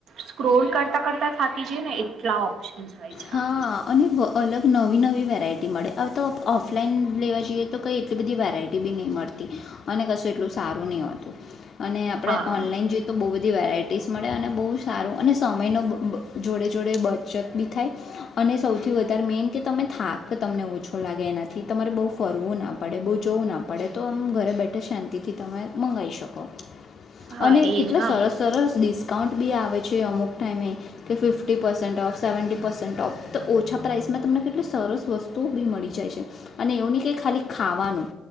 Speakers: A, on the right; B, on the left.
A: સ્ક્રોલ કરતા કરતા થતી જઈએ ને એટલા ઓપ્શન્સ હોય છે
B: હા,
A: આપણી
B: અને વ અલગ નવી નવી વેરાયટી મળે. હવે તો ઓફલાઈન લેવા જઈએ તો, કંઈ એટલી બધી વેરાયટી બી નહીં મળતી. અને કશું એટલું સારું નહીં હોતું. અને આપડે
A: હા
B: ઓનલાઈન જોઈએ તો બહુ બધી વેરાયટીસ મળે. અને બહુ સારું અને સમયનો બ જોડે જોડે બચત બી થાય અને સૌથી વધારે મેન કે તમે થાક કે તમને ઓછો લાગે એનાથી. તમારે બહુ ફરવું ના પડે. બહુ જોવું ના પડે. તો આમ ઘરે બેઠા શાંતિથી તમે મંગાઈ શકો.
A: હા
B: અને
A: એજ
B: કેટલા
A: હા
B: સરસ સરસ ડીસ કાઉન્ટ બી આવે છે અમુક ટાઈમે કે fifty percent of seventy percent of. તો ઓછા પ્રાઇસમાં તમને કેટલી સરસ વસ્તુઓ બી મળી જાય છે. અને એવું નહીં કે ખાલી ખાવાનું.